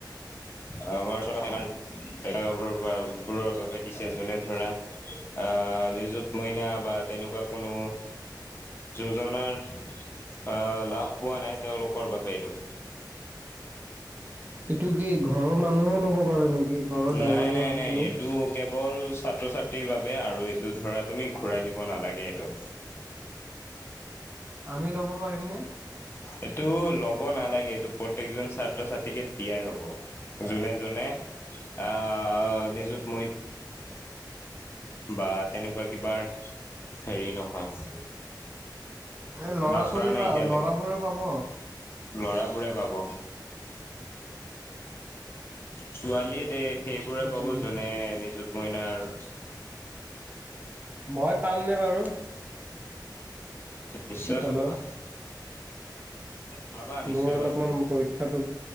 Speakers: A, on the left; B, on the right.
A: আমাৰ, আমাৰবোৰৰ বাবে দিছে যোনে ধৰা অ'! নিযুত মইনা বা তেনেকুৱা কোনো যোজনাৰ আহ লাভ পোৱা নাই। তেওঁলোকৰ বাবে এইটো।
B: সেইটো কি ঘৰৰ মানুহো ল'ব পাৰে নেকি? ঘৰৰ ডাঙৰীয়া
A: নাই নাই
B: সকলেও?
A: নাই এইটো কেৱল ছাত্ৰ ছাত্ৰীৰ বাবে আৰু এইটো ধৰা তুমি ঘূৰাই দিব নালাগে এইটো।
B: আমি ল'ব পাৰিম নে?
A: এইটো ল'ব নালাগে। এইটো প্ৰত্যেকজন ছাত্ৰ ছাত্ৰীকে দিয়াই হ'ব। যোনে যোনে আহ নিজুত মইনা বা তেনেকুৱা কিবাৰ হেৰি নহয়।
B: এ ল'ৰা
A: লাভ
B: ছোৱালী
A: কৰা নাই
B: বা
A: এতিয়ালৈকে
B: ল'ৰাবোৰে পাব।
A: লৰাবোৰে পাব। ছোৱালীত এই সেইবোৰে
B: সেইটো
A: পাব যোনে নিযুত মইনা আৰু <inaudible>
B: মই পাম নে বাৰু?
A: নিশ্চয়
B: হেল্ল'
A: পাবা পাবা নিশ্চয়
B: মোৰ অলপমান
A: পাবা
B: পৰীক্ষাটো